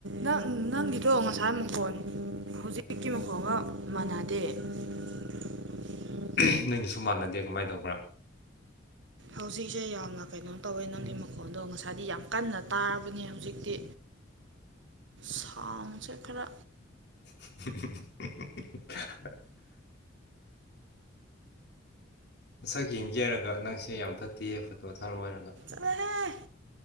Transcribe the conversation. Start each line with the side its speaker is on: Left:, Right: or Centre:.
Right: ꯅꯪ ꯅꯪꯒꯤꯗꯣ ꯉꯁꯥꯏ ꯃꯈꯣꯟ ꯍꯧꯖꯤꯛꯀꯤ ꯃꯈꯣꯡꯒ ꯃꯥꯟꯅꯗꯦ ꯎ <inaudible> <inaudible>
Left: <unintelligible> ꯅꯪꯒꯤꯁꯨ ꯃꯥꯟꯅꯗꯦ ꯀꯃꯥꯏꯅ ꯇꯧꯕ꯭ꯔꯥ
Right: ꯍꯧꯖꯤꯛꯁꯦ ꯌꯥꯝꯅ ꯀꯩꯅꯣ ꯇꯧꯋꯦ ꯅꯪꯒꯤ ꯃꯈꯣꯟꯗꯣ ꯉꯁꯥꯏꯗꯤ ꯌꯥꯝ ꯀꯟꯅ ꯇꯥꯔꯕꯅꯦ ꯍꯧꯖꯤꯛꯇꯤ ꯁꯥꯎꯟꯁꯦ ꯈꯔ
Left: <inaudible> ꯃꯁꯛ ꯌꯦꯡꯒꯦ ꯍꯥꯏꯔꯒ ꯅꯪꯁꯦ ꯌꯥꯝ ꯐꯠꯇꯦ ꯐꯣꯇꯣ ꯊꯥꯔ ꯑꯣꯏꯔꯒ
Right: <unintelligible>